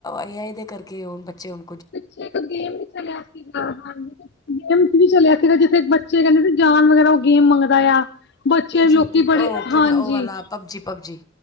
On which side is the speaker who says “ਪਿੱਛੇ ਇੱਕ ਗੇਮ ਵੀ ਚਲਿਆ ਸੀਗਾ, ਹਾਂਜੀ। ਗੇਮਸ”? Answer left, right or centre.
Left